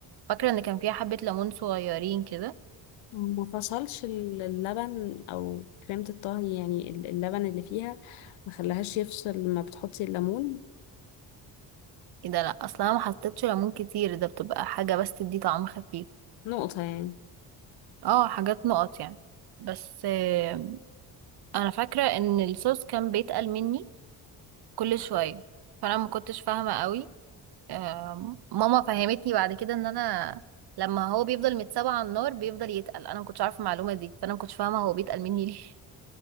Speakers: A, on the right; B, on the left.
A: فاكرة ان كان فيها حبة ليمون صغيرين كده
B: ما فصلش ال- اللبن او كريمة الطهي يعني ال- اللبن اللي فيها ما خلاهاش يفصل ما بتحطي الليمون
A: ايه ده لا اصلا انا ما حطيتش ليمون كتير ده بتبقى حاجة بس تدي طعم خفيف
B: نقطة يعني
A: اه حاجات نقط يعني بس آه، انا فاكرة ان الصوص كان بيتقل مني كل شوية فانا ما كنتش فاهمة قوي آم، ماما فهمتني بعد كده ان انا لما هو بيفضل متسابع على النار بيفضل يتقل انا ما كنتش عارفه المعلومه دي فانا ما كنتش فاهمه هو بيتقل مني ليه <laughs>